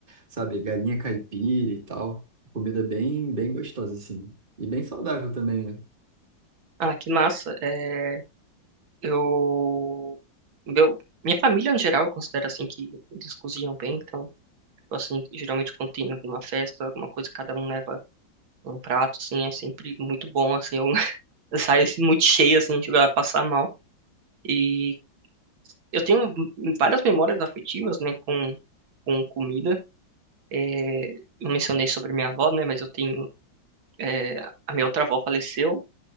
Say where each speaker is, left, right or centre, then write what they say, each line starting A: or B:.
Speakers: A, on the right; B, on the right.
A: sabe? Galinha caipira e tal. Comida bem, bem gostosa, assim. E bem saudável também, né?
B: Ah, que massa. É, eu... Meu, minha família, no geral, considera, assim, que eles cozinham bem, então... Tipo assim, geralmente quando tem alguma festa, alguma coisa, cada um leva um prato, assim, é sempre muito bom, assim, eu, <laughs> eu saio assim, muito cheio, assim, chego a passar mal. E eu tenho várias memórias afetivas, né, com, com comida. É, eu mencionei sobre minha avó, né, mas eu tenho, é, a minha outra avó faleceu